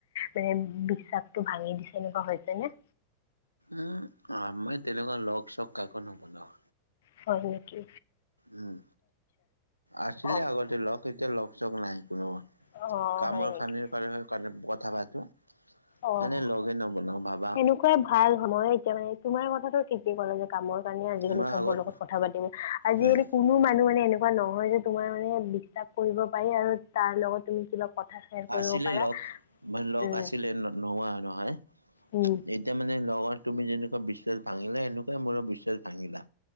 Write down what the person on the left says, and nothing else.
মানে বিশ্বাসটো ভাঙি দিছে এনেকুৱা হৈছে নে?
হয় নেকি কি?
অ',
অ',
হয় নেকি
অ',
সেনেকুৱাই ভাল সময়ে এতিয়া মানে, তোমাৰ কথাটো ঠিকেই ক'লে যে কামৰ কাৰণে আজিকালি
চবৰ
লগত কথা পাতিব। আজিকালি
কোনো মানুহে এনে এনেকুৱা নহয় যে, তোমাৰ মানে বিশ্বাস কৰিব পাৰি, আৰু কাৰ লগত তুমি কিবা কথা শ্বেয়াৰ কৰিব
পাৰা
উম
উম